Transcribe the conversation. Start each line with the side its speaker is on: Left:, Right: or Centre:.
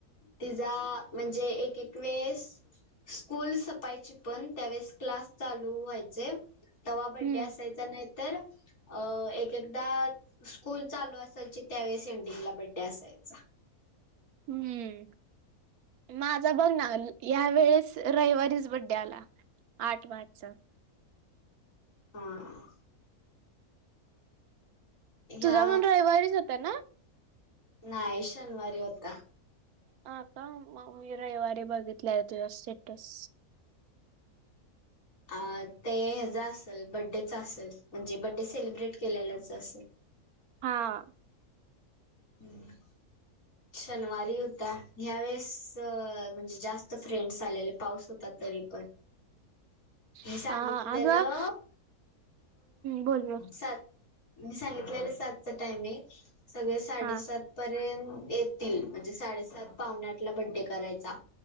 Left: तिचा म्हणजे एक एक वेळेस स्कूल सपायची पण त्यावेळेस क्लास चालू व्हायचे तवा बड्डे
Right: हम्म
Left: असायचा नाही तर अ एक एकदा स्कूल चालू असायची त्यावेळेस एंडिंग ला बड्डे असायचा.
Right: हम्म म बघ ना या वेळेस रविवारीच बड्डे आला आठ मार्चचा
Left: हा ह्या
Right: तुझा पण रविवारीच होता ना
Left: नाही शनिवारी होता
Right: हा का मी रविवारी बघितले आहे तुझं स्टेटस
Left: अ ते ह्याचा असंल बड्डेच असंल म्हणजे बड्डे सेलिब्रेट केलेल्याचं असेल.
Right: हा
Left: हम्म शनिवारी होता ह्या वेळेस म्हणजे जास्त फ्रेंड्स आलेले पाऊस होता तरी पण
Right: <inaudible>
Left: मी सांगितलेलं
Right: हा अगं बोल बोल
Left: स मी सांगितलेलं सातचं टायमिंग सगळे साडेसात
Right: हा
Left: पर्यंत येत तील म्हणजे साडे सात पावणे आठला बड्डे करायचा